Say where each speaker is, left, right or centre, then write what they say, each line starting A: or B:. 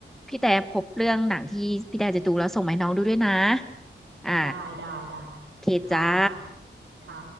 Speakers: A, in the centre; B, on the right (about 75°).
A: พี่แต่พบเรื่องหนังที่พี่แต่จะดูแล้วส่งมาให้น้องดูด้วยนะอ่า
B: ได้ได้ได้
A: โอเคจ้า
B: ค่ะค่ะ